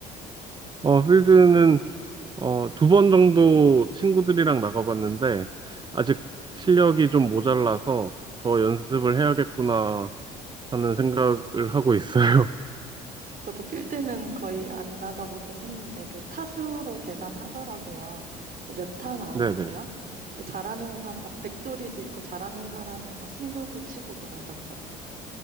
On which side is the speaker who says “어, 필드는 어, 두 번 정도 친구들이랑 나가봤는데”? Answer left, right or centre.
Right